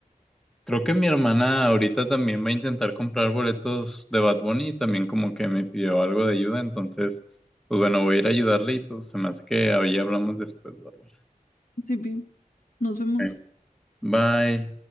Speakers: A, in the centre; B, on the left.
A: creo que mi hermana ahorita también va a intentar comprar boletos de Bad Bunny y también como que me pidió algo de ayuda, entonces, pues bueno, voy a ir a ayudarle y pues se me hace que ahí hablamos después, Bárbara.
B: sí, Pi, nos vemos.
A: Ok. Bye.